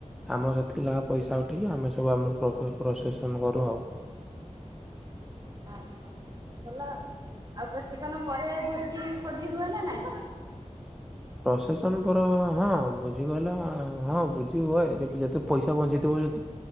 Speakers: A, in the centre; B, on the right.
A: ଆମର ସେତିକି ଲେଖାଁ ପଇସା ଉଠେଇକି ଆମେ ସବୁ ଆମର ପ୍ରସେସନ କରୁ ଆଉ।
B: ହଁ ଭଲ ଆଉ ଆଉ ପ୍ରଶେସନ ପରେ ଭୋଜି ଫୋଜି ହୁଏ ନା ନାଇଁ?
A: ପ୍ରଶେସନ ପରେ ହଁ ଭୂଜି କହିଲେ ହଁ ଭୂଜି ହୁଏ ଯେତେ ଯେତେ ପଇସା ବଞ୍ଚିଥିବ ଯଦି